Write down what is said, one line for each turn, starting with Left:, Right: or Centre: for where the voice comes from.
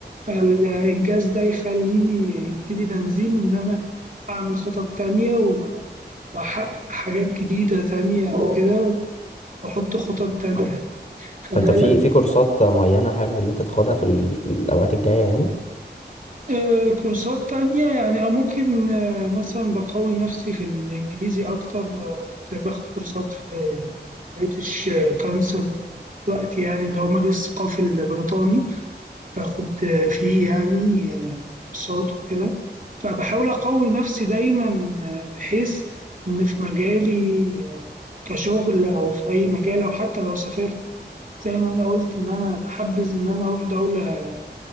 Right: فالإنجاز ده يخليني يديلي بنزين إن أنا أعمل خطط تانية و- وأحقق حاجات جديدة تانية وكده وأحط خطط تانية فده
Left: فانت في في كورسات معينه حابب ان انت تاخدها في ال- في الاوقات الجايه يعني
Right: آه، كورسات تانية يعني آه، ممكن آه، مثلا بقوي نفسي في الإنجليزي أكتر آه، كنت باخد كورسات في بريتش كونسل دلوقتي يعني اللي هو مجلس الثقافي البريطاني باخد آه، فيه يعني آه، كورسات وكده فبحاول أقوي نفسي دايما آه، بحيث إن في مجالي آه، كشغل أو في أي مجال أو حتى لو سافرت زي ما أنا قلت إن أنا بحبذ إن أنا أروح دولة